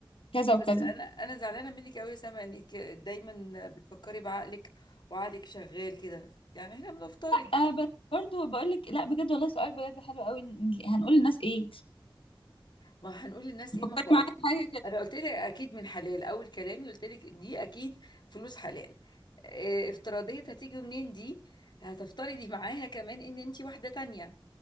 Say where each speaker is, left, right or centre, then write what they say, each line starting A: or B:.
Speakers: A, on the left; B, on the left.
A: كذا وكذا
B: بس أنا أنا زعلانة منك أوي يا سما إنك دايما بتفكري بعقلك وعقلك شغال كده يعني إحنا بنفترض
A: أه بس برضه بقول لك لا بجد والله سؤال بجد حلو قوي ن- هنقول للناس ايه
B: ما هنقول للناس ايه
A: فكري
B: ما هو اكيد
A: معايا في حاجه كده
B: انا قلت لك اكيد من حلال اول كلامي قلت لك دي اكيد فلوس حلال آه، افتراضية هتيجي منين دي هتفترضي معاها كمان ان انت واحدة تانية